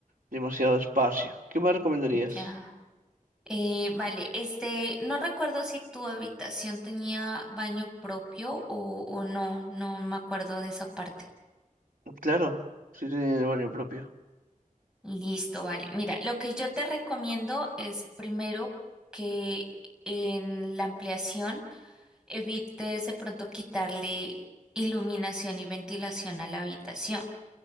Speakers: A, on the right; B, in the centre.
A: demasiado espacio. ¿Qué me recomendarías?
B: Ya. Eh, vale, este, no recuerdo si tu habitación tenía baño propio o, o no, no me acuerdo de esa parte.
A: Claro, sí tenía el barrio propio.
B: Listo, vale. Mira, lo que yo te recomiendo es primero que en la ampliación Evites de pronto quitarle iluminación y ventilación a la habitación,